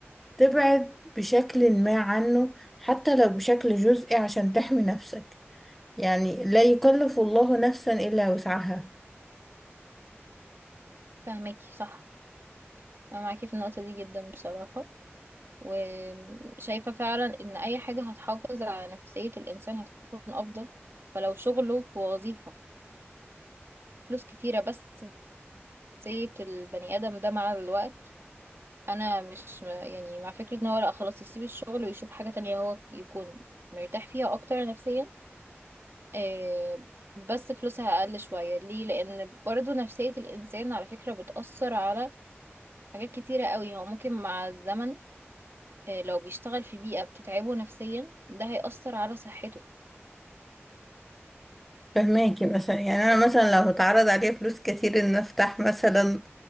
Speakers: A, in the centre; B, on the right (about 60°).
A: تبعد بشكل ما عنه حتى لو بشكل جزئي عشان تحمي نفسك يعني لا يكلف الله نفسا إلا وسعها
B: فهماكي صح انا معاكي في النقطة دي جدا بصراحة وشايفة فعلا إن أي حاجة هتحافظ على نفسية الإنسان هتكون أفضل فلو شغله في وظيفة فلوس كتيرة بس نفسية البني آدم ده مع الوقت أنا مش يعني مع فكرة إن هو لأ خلاص يسيب الشغل ويشوف حاجة تانية هو يكون مرتاح فيها أكتر نفسيا آه، بس فلوسها أقل شوية ليه؟ لأن برضو نفسية الإنسان على فكرة بتأثر على حاجات كتيرة قوي هو ممكن مع الزمن آه، لو بيشتغل في بيئة بتتعبه نفسيا ده هيأثر على صحته
A: فهماكي مثلا يعني انا مثلا لو اتعرض عليا فلوس كتير ان افتح مثلا